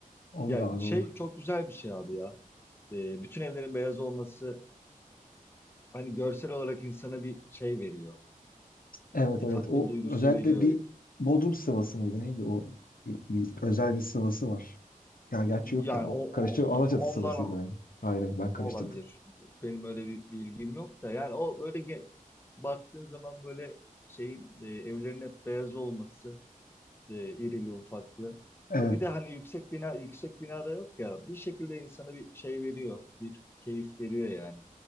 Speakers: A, on the left (about 80°); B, on the left (about 15°).
A: Olur
B: Ya
A: abi
B: şey
A: olur.
B: çok güzel bir şey abi ya. Ee, bütün evlerin beyaz olması hani görsel olarak insana bir şey veriyor.
A: Evet
B: Bir
A: evet
B: tatmin
A: o
B: duygusu
A: özellikle
B: veriyor.
A: bir Bodrum sıvası mıydı neydi o bir, bir özel bir sıvası var. Ya gerçi
B: Yani
A: yok ya o
B: o,
A: karıştı
B: o-
A: Alaçatı
B: ondan
A: sıvasıydı o yani. Hayır hayır ben karıştırdım.
B: Olabilir. Benim öyle bir bilgim yok da yani o böyle ge- baktığın zaman böyle şeyin e, evlerin hep beyaz olması e, irili ufaklı
A: Evet.
B: ve bir de hani yüksek bina yüksek binada yok ya bir şekilde insana bir şey veriyor bir keyif veriyor yani.